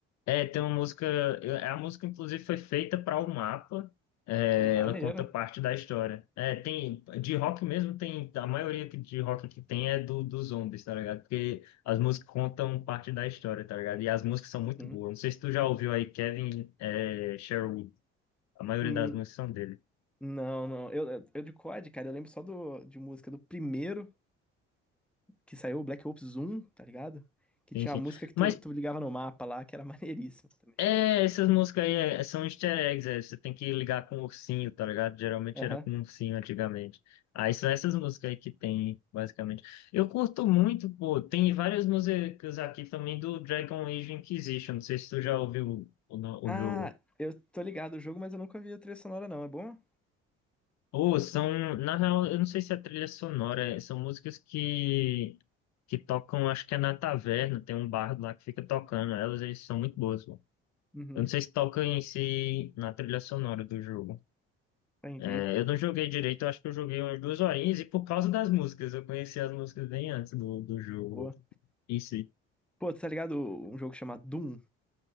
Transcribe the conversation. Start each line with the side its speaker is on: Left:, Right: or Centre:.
Left: É, tem uma música. é, A música, inclusive, foi feita para o mapa. É,
Centre: Pô, maneiro.
Left: ela conta parte da história. É, tem. De rock mesmo, tem. A maioria que- de rock que tem é do, dos zombies, tá ligado? Porque as músicas contam parte da história, tá ligado? E as músicas são muito
Centre: Uhum.
Left: boas. Não sei se tu já ouviu aí Kevin é, Sherwood. A maioria
Centre: Hum,
Left: das músicas são dele.
Centre: não, não. Eu, eu eu de COD, cara, eu lembro só do, de música do primeiro que saiu, o Black Ops 1, tá ligado? Que
Left: Sim,
Centre: tinha
Left: sim.
Centre: uma música que tu,
Left: Mas
Centre: tu ligava no mapa lá, que era <laughs> maneiríssima também.
Left: É,
Centre: mas-
Left: essas músicas aí é- são easter eggs, é, você tem que ligar com o ursinho, tá ligado? Geralmente
Centre: Aham.
Left: era com o ursinho antigamente. Aí são essas músicas aí que tem, basicamente. Eu curto muito, pô, tem várias músicas aqui também do Dragon Age Inquisition, não sei se tu já ouviu o, no-
Centre: Ah,
Left: o jogo.
Centre: eu tô ligado o jogo, mas eu nunca vi a trilha sonora, não. É bom?
Left: Ou são, na real, eu não sei se é trilha sonora, é, são músicas que, que tocam, acho que é na taverna, tem um bardo lá que fica tocando, elas, eles são muito boas, pô.
Centre: Uhum,
Left: Eu não sei se toca em si na trilha sonora do jogo.
Centre: entendi.
Left: É, eu não joguei direito, eu acho que eu joguei umas duas horinhas e por causa das músicas, eu conheci as músicas bem antes do, do jogo
Centre: Pô,
Left: em si.
Centre: Pô, tá ligado um jogo chamado Doom?